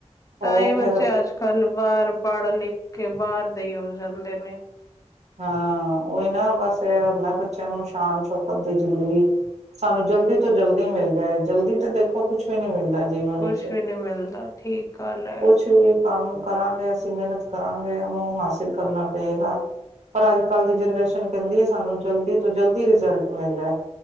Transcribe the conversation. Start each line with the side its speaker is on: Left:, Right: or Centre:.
Left: ਤਾਂ
Right: ਉਹ
Left: ਇਹ ਬੱਚੇ
Right: ਫਿਰ
Left: ਅੱਜ-ਕੱਲ ਬਾਹਰ ਪੜ੍ਹ-ਲਿਖ ਕੇ ਬਾਹਰ ਦੇ ਈ ਹੋ ਜਾਂਦੇ ਨੇ।
Right: ਹਾਂ। ਉਹੀ ਨਾ ਬਸ ਇਹੁੰਦਾ ਬੱਚਿਆਂ ਨੂੰ ਸ਼ਾਨ-ਛੋਪਤ ਦੀ ਜ਼ਿੰਦਗੀ ਸਾਨੂੰ ਜਲਦੀ-ਤੋਂ-ਜਲਦੀ ਮਿਲ ਜਾਏ ਜਲਦੀ ਤਾਂ ਦੇਖੋ ਕੁੱਛ ਵੀ ਨੀ ਮਿਲਦਾ ਜੀਵਨ
Left: ਕੁਛ
Right: ਵਿੱਚ।
Left: ਵੀ ਨੀ ਮਿਲਦਾ ਠੀਕ ਗੱਲ ਹੈ
Right: ਕੁਛ ਵੀ ਕੰਮ ਕਰਾਂਗੇ ਅਸੀਂ ਮਿਹਨਤ ਕਰਾਂਗੇ ਉਹਨੂੰ ਹਾਸਿਲ ਕਰਨਾ ਪਏਗਾ ਪਰ ਅੱਜ-ਕੱਲ੍ਹ ਦੀ ਜਨਰੇਸ਼ਨ ਕਹਿੰਦੀ ਹੈ ਸਾਨੂੰ ਜਲਦੀ-ਤੋਂ-ਜਲਦੀ ਰਿਜ਼ਲਟ ਮਿਲ ਜਾਏ।